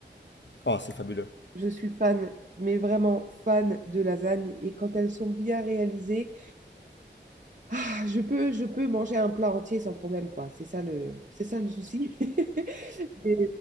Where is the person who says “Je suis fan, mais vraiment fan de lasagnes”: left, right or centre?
Right